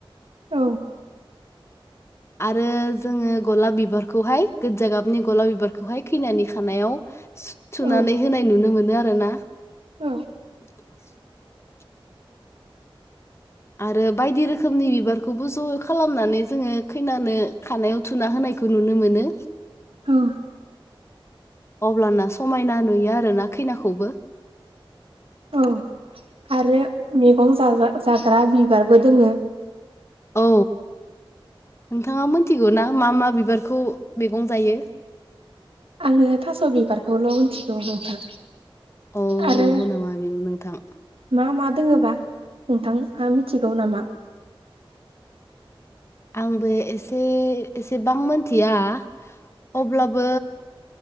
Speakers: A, on the right; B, on the left.
A: औ
B: आरो जोङो गलाब बिबारखौहाय गोजा गाबनि गलाब बिबारखौहाय खैनानि खानायाव थुनानै
A: औ
B: होनाय नुनो मोनो आरो ना
A: औ
B: <inaudible> आरो बायदि रोखोमनि बिबारखौबो ज' खालामनानै जोङो खैनानो खानायाव थुना होनाय खौ नुनो मोनो
A: औ
B: अब्लाना समायना नुयो आरोना खैनाखौबो
A: औ आरो मैगं जाग्रा बिबारबो दङ
B: औ नोंथाङा मिथिगौना मा मा बिबारखौ मैगं जायो
A: आङो थास' बिबारखौल' मिथिगौ नोंथां
B: औ
A: आरो
B: नंगौ नामा बे नोंथां
A: मा मा दङोबा नोंथाङा मिथिगौ नामा
B: आंबो एसे एसेबां मिथिया अब्लाबो